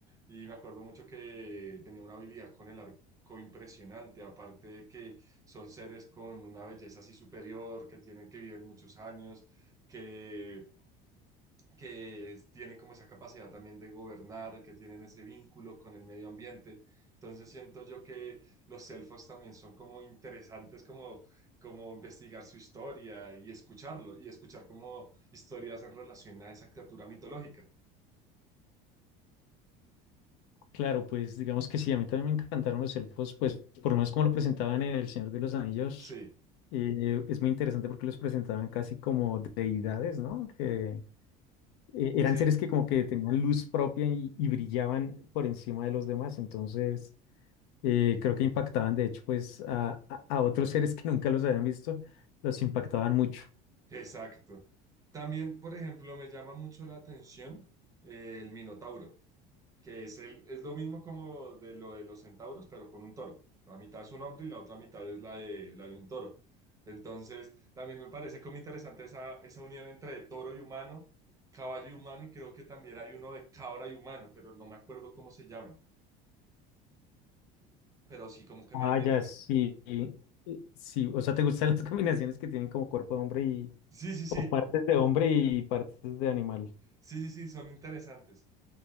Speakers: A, on the right; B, on the left.
A: Y me acuerdo mucho que tenía una habilidad con el arco impresionante, aparte de que son seres con una belleza así superior, que tienen que vivir muchos años, que, que tienen como esa capacidad también de gobernar, que tienen ese vínculo con el medio ambiente. Entonces siento yo que los elfos también son como interesantes, como, como investigar su historia y escucharlo, y escuchar como historias en relación a esa criatura mitológica.
B: Claro, pues digamos que sí, a mí también me encantaron los elfos, pues por lo menos como lo presentaban en El Señor de los Anillos,
A: Sí,
B: eh, es muy interesante porque los presentaban casi como deidades, ¿no? Que eh, eran
A: sí,
B: seres que como que tenían luz propia y, y brillaban por encima de los demás, entonces eh, creo que impactaban de hecho pues a, a a otros seres que nunca los habían visto, los impactaban mucho.
A: exacto. También, por ejemplo, me llama mucho la atención eh, el Minotauro. que es, el, es lo mismo como de lo de los centauros, pero con un toro. La mitad es un hombre y la otra mitad es la de, la de un toro. Entonces, también me parece como interesante esa, esa unión entre toro y humano, caballo y humano, y creo que también hay uno de cabra y humano, pero no me acuerdo cómo se llaman, pero sí como que
B: Ah,
A: me, me
B: ya,
A: gusta.
B: sí. eh, Sí, o sea, ¿te gustan las <laughs> combinaciones que tienen como cuerpo de hombre y
A: Sí, sí, sí,
B: o partes de hombre y partes de animal?
A: sí, sí, sí, son interesantes.